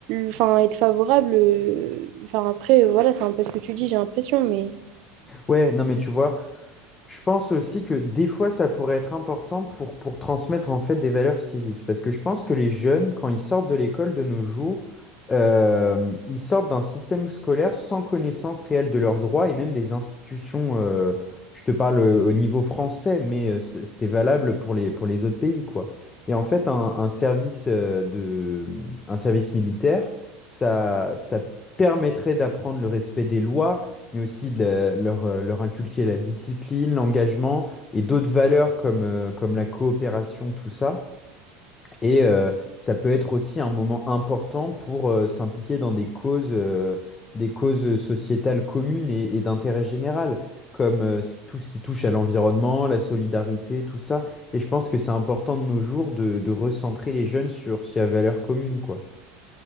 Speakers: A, on the right; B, on the left.
A: enfin, être favorable, euh, enfin, après, euh, voilà, c'est un peu ce que tu dis, j'ai l'impression, mais.
B: Ouais, non, mais tu vois, je pense aussi que des fois, ça pourrait être important pour, pour transmettre en fait des valeurs civiques. Parce que je pense que les jeunes, quand ils sortent de l'école de nos jours, euh, ils sortent d'un système scolaire sans connaissance réelle de leurs droits et même des institutions. euh, je te parle euh, au niveau français, mais euh, c'est c'est valable pour les, pour les autres pays, quoi. Et en fait, un, un service, euh, de, un service militaire, ça, ça permettrait d'apprendre le respect des lois mais aussi de la- leur, euh, leur inculquer la discipline, l'engagement et d'autres valeurs comme, euh, comme la coopération, tout ça. Et euh, ça peut être aussi un moment important pour euh, s'impliquer dans des causes, euh, des causes sociétales communes et, et d'intérêt général, comme euh, ce- tout ce qui touche à l'environnement, la solidarité, tout ça. Et je pense que c'est important de nos jours de, de recentrer les jeunes sur ces valeurs communes, quoi.